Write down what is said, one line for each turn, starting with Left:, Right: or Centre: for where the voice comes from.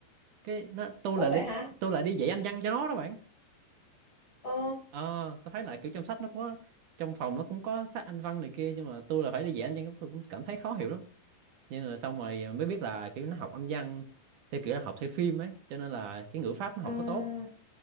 Right: cái nó tôi
Left: ô
Right: là
Left: vậy
Right: đi,
Left: hả
Right: tôi là đi dạy Anh văn cho nó đó bạn
Left: ờ
Right: ờ tôi thấy là kiểu trong sách nó có trong phòng nó cũng có sách Anh văn này kia nhưng mà tôi là phải đi dạy Anh văn tôi cũng cảm thấy khó hiểu lắm nhưng mà xong rồi mới biết là kiểu nó học Anh văn theo kiểu là học theo phim ấy cho nên là cái ngữ pháp nó
Left: à
Right: không có tốt